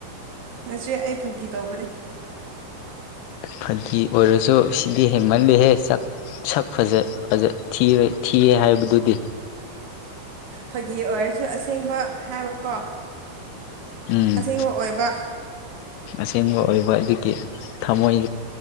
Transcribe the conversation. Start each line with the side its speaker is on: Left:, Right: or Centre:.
Right: ꯅꯆꯦ ꯑꯩ ꯐꯒꯤ ꯇꯧꯕꯅꯦ
Left: ꯐꯒꯤ ꯑꯣꯏꯔꯁꯨ ꯁꯤꯗꯤ ꯍꯦꯟꯃꯜꯂꯦꯍꯦ ꯆꯛ ꯁꯛ ꯐꯖ ꯐꯖ ꯊꯤꯕꯩ ꯊꯤꯌꯦ ꯍꯥꯏꯕꯗꯨꯗꯤ
Right: ꯐꯒꯤ ꯑꯣꯏꯔꯁꯨ ꯑꯁꯦꯡꯕ ꯍꯥꯏꯕꯀꯣ
Left: ꯎꯝ
Right: ꯑꯁꯦꯡꯕ ꯑꯣꯏꯕ
Left: ꯑꯁꯦꯡꯕ ꯑꯣꯏꯕ ꯑꯗꯨꯒꯤ ꯊꯃꯣꯏ